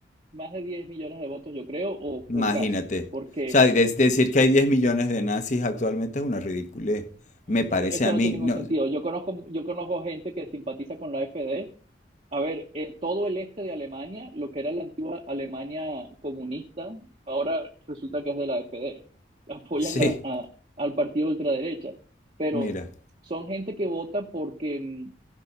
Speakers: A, on the right (about 35°); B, on the left (about 40°).
A: más de 10 millones de votos, yo creo, o,
B: Imagínate.
A: o casi, porque
B: O sea, des- decir que hay 10 millones de nazis actualmente es una ridiculez.
A: no,
B: Me parece
A: eso, eso
B: a mí.
A: no tiene ningún
B: No,
A: sentido. Yo conozco, yo conozco gente que simpatiza con la AfD. A ver, eh, todo el este de Alemania, lo que era la antigua Alemania comunista, ahora resulta que es de la AfD. Apoyan
B: sí,
A: la, a- al partido de ultraderecha, pero
B: mira.
A: son gente que vota porque mm,